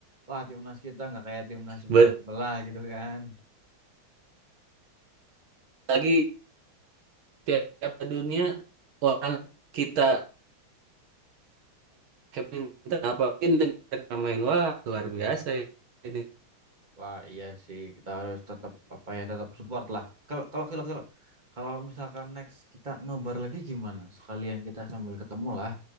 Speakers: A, on the right; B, on the right.
A: Wah timnas kita nggak kayak timnas sebelah-sebelah
B: ber-
A: gitu kan.
B: lagi tiap dunia orang kita minta apa mungkin negara main wah luar biasa ini
A: Wah, iya sih. Kita harus tetap apa ya, tetap support lah. Kalau kalau kalau kalau kalau misalkan next kita nobar lagi gimana? Sekalian kita sambil ketemu lah.